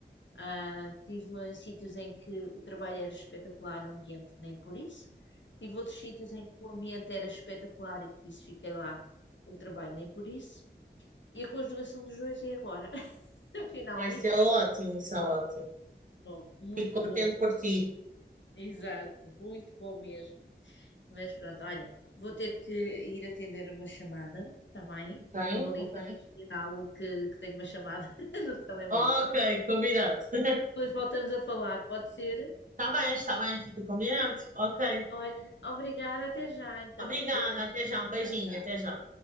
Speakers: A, on the left; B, on the right.
A: Ah, tive em sítios em que o trabalho era espetacular, o ambiente nem por isso. Tive outros sítios em que o ambiente era espetacular e por isso fiquei lá, o trabalho nem por isso. E a conjugação dos dois é agora, <laughs> finalmente.
B: Ah, isso é ótimo, isso é ótimo.
A: Bom, muito
B: Fico contente
A: bom,
B: por ti.
A: exato, muito bom mesmo. Mas pronto, olha, vou ter que ir atender uma chamada, está bem?
B: Ok,
A: Estão ali
B: ok.
A: a fazer sinal que, que tenho uma chamada <laughs> no telemóvel.
B: Ok, combinado. <laughs>
A: Depois voltamos a falar, pode ser?
B: Tá bem, está bem, fica combinado.
A: Bem?
B: Ok.
A: Olha, obrigada, até já então.
B: Obrigada,
A: Beijinho,
B: até já, um beijinho,
A: tchau, tchau.
B: até já.